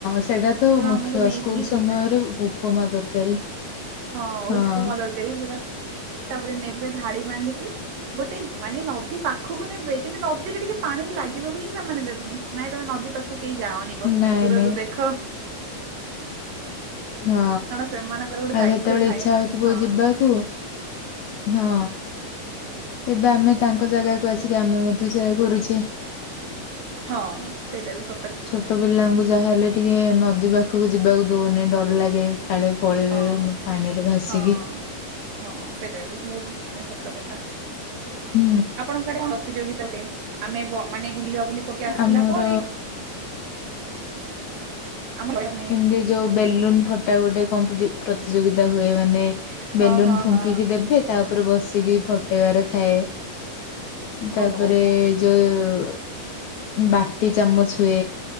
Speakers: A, on the left; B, on the right.
A: ସେଟା ତ ମୁଖ୍ୟ
B: ଆମକୁ ନେଇକି
A: ସ୍କୁଲ ସମୟରେ
B: ଯିବେ
A: ଉପମା ତରକାରୀ।
B: ହଁ
A: ହଁ।
B: ଉପମା ତରକାରୀ ପୁରା ତାପରେ ନେବେ ଧାଡି ବାନ୍ଧିକି। ଗୋଟେ ମାନେ ନଦୀ ପାଖକୁ ନେବେ କିନ୍ତୁ ନଦୀରେ ଟିକେ ପାଣିରେ ଲାଗିବକୁ ହିଁ ସେମାନେ ଦେବେନି ନାଇଁ ତମେ ନଦୀ ପାଖ କୁ କେହି ଯାଉନି କହିବେ
A: ନାଇଁ
B: ଦୂରରୁ
A: ନାଇଁ
B: ଦେଖ।
A: ହଁ
B: କାରଣ ସେମାନଙ୍କର ଗୋଟେ
A: ଆଉ
B: ଦାୟିତ୍ଵ
A: ଯେତେବେଳେ
B: ଥାଏ
A: ଇଛା
B: ନା
A: ହଉଥିବ
B: ହଁ
A: ଯିବାକୁ ହଁ ଏବେ ଆମେ ତାଙ୍କ ଜାଗାକୁ ଆସିକି ଆମେ ମଧ୍ୟ ସେୟା କରୁଛେ।
B: ହଁ ସେଇଟା ବି ସ
A: ଛୋଟ ପିଲାଙ୍କୁ ଯାହାହେଲେ ଟିକେ ନଦୀ ପାଖକୁ ଯିବାକୁ ଦଉନେ ଡର ଲାଗେ। କାଳେ ପଳେଇବେ
B: ହଁ
A: ପାଣିରେ ଭାସିକି।
B: ହଁ ହଁ ସେଇଟା ବି ବହୁତ ମାନେ ସତ କଥା।
A: ହୁଁ
B: ଆପଣଙ୍କ କଡେ ପ୍ରତିଯୋଗିତା ଦେଲେ ଆମେ ମାନେ ବୁଲିବା ବୁଲି କହିକି ଆସିଲା
A: ଆମର
B: ପରେ। ଆମର <inaudible>
A: ଏମିତି ଯୋଉ ବେଲୁନ ଫଟା ଗୋଟେ କମ୍ପିଟି ପ୍ରତିଯୋଗିତା ହୁଏ ମାନେ
B: ହଁ
A: ବେଲୁନ
B: ହଁ
A: ଫୁଙ୍କିକି
B: ହଁ
A: ଦେବେ ତା ଉପରେ ବସିକି ଫଟେଇବାର ଥାଏ ତାପରେ
B: ଓହୋ ବଢିଆ
A: ଯୋଉ ବାଟି ଚାମଚ ହୁଏ